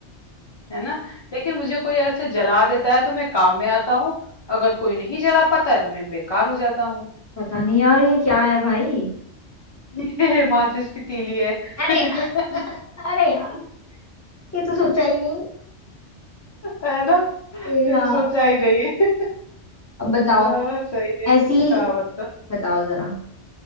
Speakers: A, on the left (about 45°); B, on the left (about 15°).
A: है ना लेकिन मुझे कोई ऐसे जला देता है तो मैं काम में आता हूँ अगर कोई नहीं जला पाता है तो मैं बेकार हो जाता हूँ
B: पता नहीं यार ये क्या है भाई
A: <laughs> ये माचिस की तीली है
B: अरे
A: <laughs>
B: <laughs> अरे यार ये तो सोचा ही नहीं
A: है ना
B: ए,
A: ये
B: हाँ
A: सोचा ही नहीं <laughs>
B: अब बताओ
A: हाँ, सही है
B: ऐसी
A: हाँ बता
B: बताओ जरा